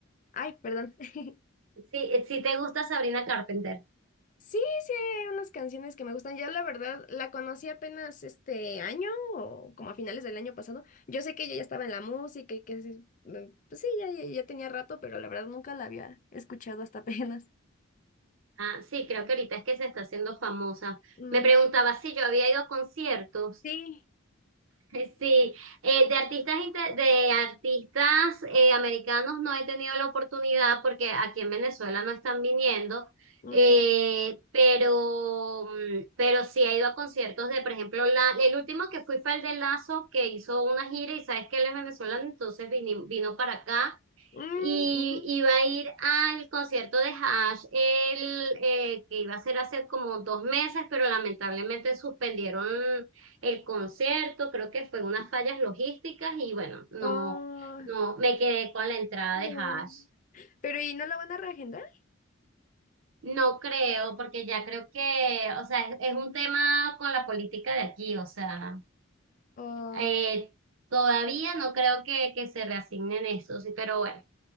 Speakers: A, on the left; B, on the right.
A: Ay, perdón. <laughs>
B: si, si te gusta Sabrina Carpenter.
A: Sí, sí, hay unas canciones que me gustan. Ya la verdad, la conocí apenas este año o como a finales del año pasado. Yo sé que ella ya estaba en la música y que se- mm, pues sí, ya, ya ya tenía rato, pero la verdad nunca la había escuchado hasta <laughs> apenas.
B: Ah, sí, creo que ahorita es que se está haciendo famosa.
A: Mm,
B: Me preguntaba si yo había ido a conciertos.
A: sí.
B: <laughs> Sí, eh, de artistas inte- de artistas eh, americanos no he tenido la oportunidad porque aquí en Venezuela no están viniendo,
A: Mm,
B: eh, pero, mm, pero sí he ido a conciertos de, por ejemplo, la, el último que fui fue el de Lazo, que hizo una gira y sabes que él es venezolano, entonces vini- vino para acá
A: mm,
B: y
A: ujú.
B: iba a ir al concierto de Hash, el, eh, que iba a ser hace como dos meses, pero lamentablemente suspendieron el concierto, creo que fue unas fallas logísticas y bueno, no,
A: Ay,
B: no, me quedé con la entrada
A: no.
B: de Hash.
A: Pero ¿y no la van a reagendar?
B: No creo, porque ya creo que, o sea, es, es un tema con la política de aquí, o sea,
A: Oh,
B: eh, todavía no creo que, que se reasignen esos, pero bueno.